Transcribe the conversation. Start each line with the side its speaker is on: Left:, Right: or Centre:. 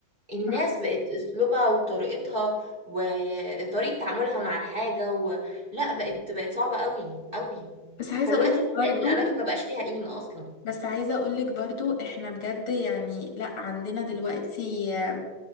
Right: الناس
Left: صح
Right: بقت اسلوبها وطريقتها وطريقه تعاملها مع الحاجه و... لا بقت بقت صعبه قوي قوي
Left: بس عايزة
Right: فالوقت
Left: اقولك
Right: ال-
Left: برضو
Right: الاماكن ما بقاش ليها قيمه اصلا
Left: بس عايزة اقولك برضو احنا بجد يعني لا عندنا دلوقتي آه،